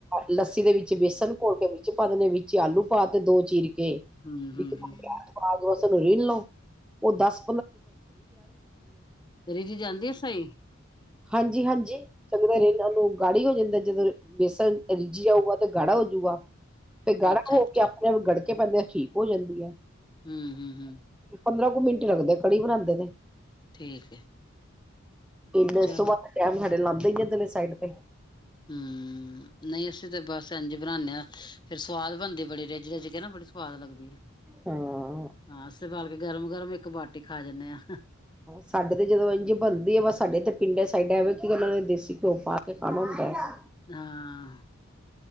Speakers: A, in the centre; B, on the left.
A: ਲੱਸੀ ਦੇ ਵਿੱਚ ਬੇਸਣ ਘੋਲ ਕੇ <unintelligible> ਵਿੱਚ ਆਲੂ ਪਾ ਤੇ ਦੋ ਚੀਰ <unintelligible>
B: ਹਮ ਹਮ ਹਮ
A: <unintelligible> ਲਓ ਉਹ ਦੱਸ
B: ਰਿਝ ਜਾਂਦੀ ਆ ਸਹੀ
A: ਹਾਂਜੀ ਹਾਂਜੀ <unintelligible> ਨੂੰ ਗਾੜੀ ਹੋ ਜਾਂਦਾ ਜਦੋਂ ਬੇਸਣ ਰੀਝਆ <unintelligible> ਤੇ ਗੜਾ <unintelligible> ਫਿਰ ਗਾੜਾ
B: ਅੱਛਾ
A: ਹੋ
B: ਅੱਛਾ
A: ਕੇ ਆਪਣੇ ਆਪ ਗੜਕ ਤੇ ਬੰਦੇਿਆਂ ਠੀਕ ਹੋ ਜਾਂਦੀ ਆ
B: <unintelligible>
A: ਪੰਦਰਾਂ ਕੁ ਮਿੰਟ ਲੱਗਦੇ ਕੜੀ ਬਨਾਂਦੇ ਦੇ
B: ਠੀਕ ਹੈ।
A: <unintelligible> ਦਈ
B: ਚਲੋ
A: ਜਾਂਦੇ ਨੇ ਸਾਈਡ ਤੇ
B: ਹਮ ਨਹੀਂ ਅਸੀਂ ਤੇ ਬਸ ਇੰਝ, ਬਣਾਨੇ ਹਾਂ ਫੇਰ ਸਵਾਦ ਬਣਦੀ ਬੜੀ ਰਿੱਝ-ਰਿੱਝ ਏ ਨਾ ਬੜੀ ਸਵਾਦ ਲੱਗਦੀ ਏ
A: ਹਾਂ
B: ਹਾਂ <unintelligible> ਗਰਮ- ਗਰਮ ਇੱਕ ਬਾਟੀ ਖਾ ਜਾਂਨੇਂ ਆਂ
A: ਸਾਡੇ ਤੇ ਜਦੋਂ ਇੰਝ ਬਣਦੀ ਏ ਬਸ ਸਾਡੇ ਤੇ ਪਿੰਡਾਂ ਸਾਈਡ <unintelligible> ਕਿਉਕਿ ਉਹਨਾਂ ਨੇ ਦੇਸੀ ਘਿਓ ਪਾ ਕੇ ਖਾਨਾ ਹੁੰਦਾ ਹੈ।
B: ਹਾਂ।